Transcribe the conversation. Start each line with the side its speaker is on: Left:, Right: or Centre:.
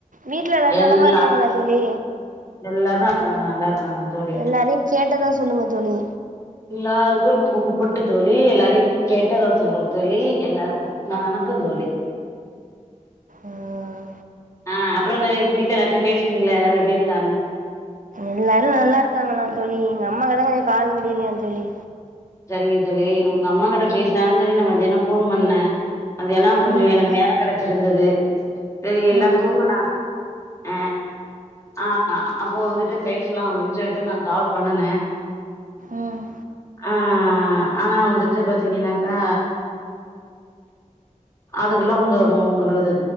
Right: வீட்ல எல்லாரும்
Left: எல்லா
Right: நலமா இருக்காங்களா தோழி
Left: எல்லாரு இருக்காங்க நல்லா இருக்காங்க தோழி
Right: எல்லாரையும் கேட்டதா சொல்லுங்க தோழி
Left: எல்லாருக்கும் ஒரு கும்பிட்டு தோழி எல்லாரையும் கேட்டதா சொல்ற தோழி எல்லாருக்கும் வணக்க தோழி
Right: ம்
Left: ஆ அப்பறம் தோழி வீட்டுல எல்லார்ட்டயு பேசனீங்களா எல்லாரு எப்புடி இருக்காங்க
Right: எல்லாரு நல்லா இருக்காங்களா தோழி எங்க அம்மாவுக்கு தா கொஞ்ச கால் முடியலையா தோழி
Left: சரிங்க தோழி உங்க அம்மா கிட்ட பேசலானு சொல்லி நா மதியான போன் பண்ணே அது ஏன்னா கொஞ்ச
Right: ம்
Left: எனக்கு நேர கிடைச்சிருந்தது சரி எல்லா
Right: ம்
Left: தூங்குனாங்க ஆ ஆ அப்போ வந்துட்டு பேசலா அப்டின்னு சொல்லிட்டு நா கால் பண்ணுனே
Right: ம்
Left: ஆ ஆனா வந்துட்டு பாத்தீங்கன்னாக்கா அதுக்குள்ள உங்க உங்களோது